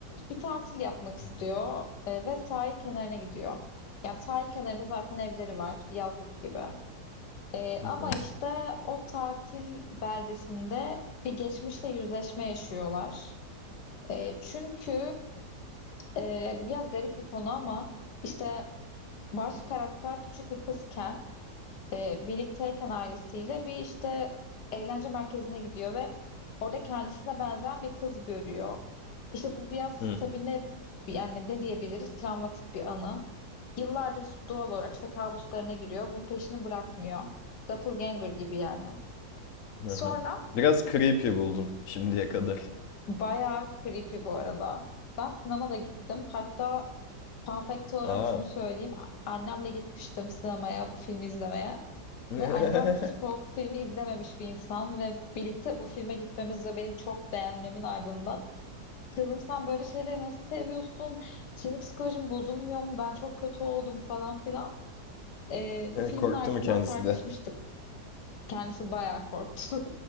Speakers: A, on the left; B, on the left.
A: bir tatil yapmak istiyor
B: Hı hı.
A: ee, ve sahil kenarına gidiyor. Yani sahil kenarında zaten evleri var bir yazlık gibi. Ee,
B: Hı
A: ama
B: hı.
A: işte o tatil beldesinde bir geçmişle yüzleşme yaşıyorlar. Ee, çünkü ee, biraz garip bir konu ama işte Baş karakter küçük bir kızken e, birlikteyken ailesiyle bir işte eğlence merkezine gidiyor ve orada kendisine benzeyen bir kız görüyor. İşte bu biraz
B: Hı.
A: tabii ne yani ne diyebiliriz travmatik bir anı. Yıllardır doğal olarak işte kabuslarına giriyor. Bu peşini bırakmıyor. Doppelganger gibi yani.
B: Hı
A: Sonra
B: hı. hı. Biraz creepy buldum şimdiye kadar.
A: bayağı creepy bu arada. Ben sinemada da gittim. Hatta fun fact olarak
B: <laughs> Aa.
A: şunu söyleyeyim. A- Annemle gitmiştim sinemaya bu filmi izlemeye.
B: <laughs>
A: Ve annem hiç korku filmi izlememiş bir insan ve birlikte bu filme gitmemiz ve benim çok beğenmemin ardından kızım sen böyle şeyleri nasıl seviyorsun? Senin psikolojin bozulmuyor mu? Ben çok kötü oldum falan filan. Ee, bu filmin
B: Korktu
A: ardından
B: mu kendisi
A: tartışmıştık.
B: de?
A: Kendisi bayağı korktu.